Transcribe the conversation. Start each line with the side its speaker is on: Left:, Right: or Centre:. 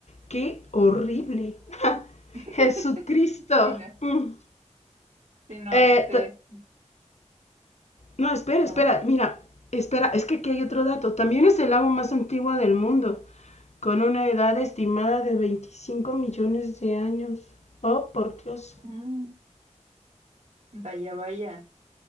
Left: ¡Qué horrible!
Right: sí,
Left: <laughs> ¡Ja!
Right: <laughs>
Left: ¡Jesucristo!
Right: sí, no,
Left: Mm.
Right: sí, no,
Left: Eh,
Right: aparte,
Left: no, espera,
Right: ¿cómo?
Left: espera, mira, espera, es que aquí hay otro dato. También es el lago más antiguo del mundo, con una edad estimada de 25 millones de años. Oh, por Dios.
Right: Mm, vaya, vaya,